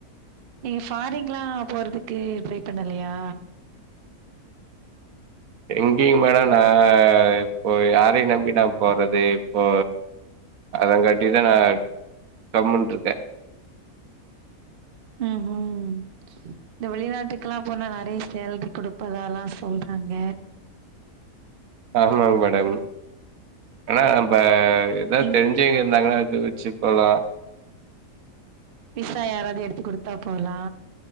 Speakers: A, on the right; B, on the right.
A: நீங்க ஃபாரிங்ல்லா போறது கு ட்ரை பண்ணலயா
B: எங்கிங் மேட நா இப்போ யாரையுநம்பி நா போறது இப்போ அதங்காட்டிதா நா கம்முன்ருக்கே
A: ம்ஹு இந்த வெளிநாட்டுக்லா போனா நறை சேல்ரி குடுப்பதாலா சொல்றாங்க
B: ஆமாங் மேடம் ஆனா நம்ப ஏதாவ்
A: இங்
B: தெர்ஞ்சவிங்க இர்ந்தாங்கனா அத வெச்சு போலா
A: விசா யாராது எடுத்து குடுத்தா போலா